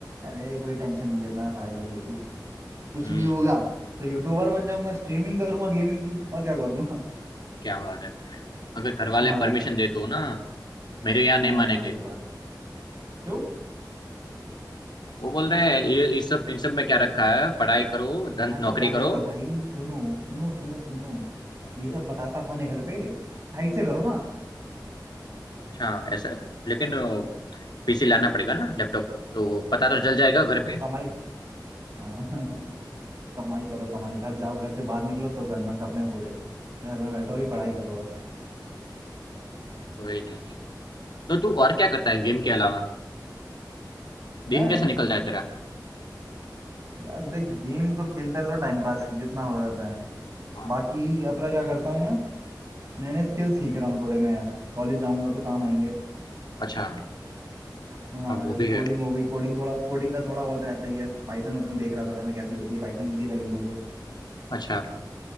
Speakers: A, on the right; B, on the left.
A: अरे कोई टेंशन नहीं लेता मैं पढ़ाई लिखाई की कुछ
B: हम्म
A: नहीं होगा तो यूट्यूबर बन जाऊंगा स्ट्रीमिंग करूंगा गेमिंग की और क्या करूंगा
B: क्या बात है अगर घर वाले
A: <laughs> हाँ
B: परमिशन दे तो ना मेरे यहाँ
A: हाँ
B: नहीं मानेंगे
A: वही तो बात क्यों
B: वो बोल रहे हैं ये इस सब इन सब में क्या रखा है पढ़ाई करो धन
A: हाँ तो
B: नौकरी
A: अरे
B: करो
A: तो भाई सुनो सुनो सुनो सुनो
B: हाँ,
A: ये सब
B: बोल
A: बताता कौन है घर पे साइड से करो ना
B: अच्छा ऐसा लेकिन पीसी लाना पड़ेगा ना लैपटॉप तो पता तो चल जाएगा घर
A: हाँ
B: पे
A: तो कमाई हाँ, <laughs> कमाई करो कमाई घर जाओ घर से बाहर निकलो तो करना सपने पूरे घर में बैठो भी पढ़ाई करो बस
B: कोई नहीं तो तू और क्या करता है गेम के अलावा दिन
A: मैं
B: कैसे निकलता है तेरा
A: यार देख गेम तो खेलता रहता हूँ टाइम पास जितना हो जाता है
B: हाँ
A: बाकी अपना क्या करता हूँ मैं नए नए स्किल सीख रहा हूँ थोड़े मैं यार कॉलेज जाऊंगा तो काम आएंगे
B: अच्छा
A: हाँ
B: अब वो
A: जैसे
B: भी
A: कोडिंग
B: है
A: हो गई कोडिंग थोड़ा कोडिंग का थोड़ा बहुत रहता ही है पाइथन वाइथन देख रहा था मैं कैसी होती है पाइथन इजी लगी मुझे
B: अच्छा